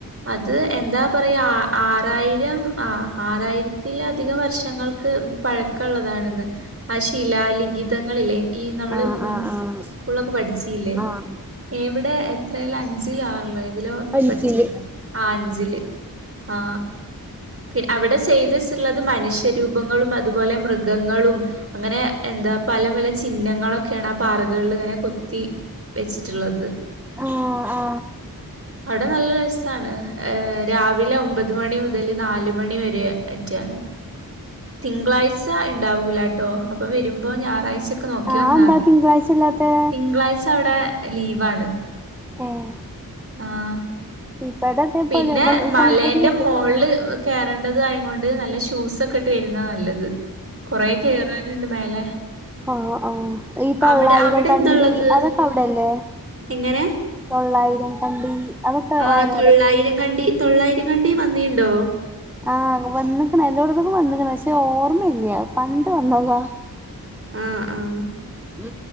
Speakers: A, on the right; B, in the centre.
A: അത് എന്താ പറയാ ആറായിരം ആ ആറായിരത്തില അധികം വർഷങ്ങൾക്ക് പഴക്കള്ളതാണെന്ന് ആ ശിലാലിഖിതങ്ങളിലെ ഈ നമ്മള്
B: ആഹ് ആഹ് ആഹ്
A: സ്കൂളൊക്കെ പഠിച്ചില്ലേ
B: ആഹ്
A: എവ് ഇവിടെ എത്രേല് അഞ്ചിലോ ആറിലോഏതിലോ
B: അഞ്ചില്
A: പഠിച്ചിട്ടുണ്ട്. അഞ്ചില് ആ പി അവിടെ ചെയ്ത്ച്ചുള്ളത് മനുഷ്യരൂപങ്ങളും അതുപോലെ മൃഗങ്ങളും അങ്ങനെ എന്താ പല പല ചിഹ്നങ്ങളൊക്കെയ. ആ പാറകളിലിങ്ങനെ കൊത്തി വെച്ചിട്ടുള്ളത്.
B: ആഹ് ആ
A: അവിടെ നല്ല രസ ആണ് രാവിലെ ഒമ്പത് മണി മുതൽ നാല് മണി വരെ അറ്റെ ആണ്. തിങ്കളാഴ്ച ഉണ്ടാവൂല കേട്ടോ അപ്പൊ വരുമ്പോ ഞായറാഴ്ച നോക്കി
B: ആഹ്
A: വന്നാൽ
B: അതെന്താ
A: മതി
B: തിങ്കളാഴ്ച ഇല്ലാത്തെ
A: തിങ്കളാഴ്ച അവിടെ ലീവാണ്
B: ഏഹ്
A: ആഹ
B: ഇവിടെ അതേപോലെ
A: പിന്നെ
B: നെല
A: മലേന്റെ
B: നെലമ്പൂരി കേട്ട്ക്കണോ
A: മോൾ വറണ്ടത് ആയ കൊണ്ട് നല്ല ഷൂസ്ൊക്കെ ഇട്ട് വരുന്നാ നല്ലത് കൊറ കേറാനുണ്ട് മേലെ
B: ആഹ ആ ഈ തൊള്ളായിധം
A: അവിടെ അവിടെ
B: കണ്ടി
A: എന്താ ഉള്ളത്
B: അതൊക്കെ അവിടെല്ലേ
A: എങ്ങനെ
B: തൊള്ളായിരം കണ്ടി അതൊക്കെ
A: ആഹ്
B: വായന
A: തൊള്ളായിരം കണ്ടി തൊള്ളായിരം കണ്ടി വന്നീുണ്ടോ
B: ആഹ വന്നക്കണ എല്ലോടന്നക്ക വന്നണ പക്ഷെ ഓർമ്മയില്ല പണ്ട് വന്നതാ
A: ആഹ ആഹ
B: ഉ